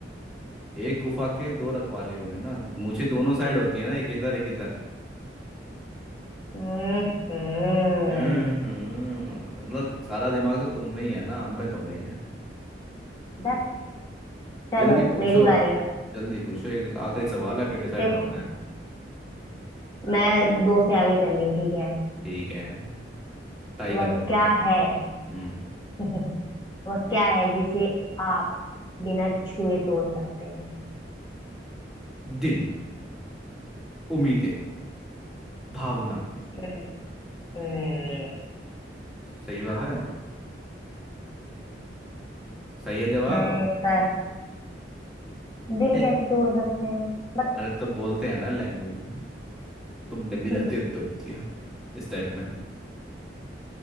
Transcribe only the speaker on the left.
हम्म हम्म।
बस चलो
मेरी बारी है
देखो
मैं दो से आगे चल रही हूँ ठीक है
वह
क्या
है
<laughs> वह क्या है जिसे आप बिना छुए तोड़ सकते हैं
हम्म, हम्म,
भावना
हम्म, क-
दिल कैसे तोड़ सकते हैं बस
हम्म,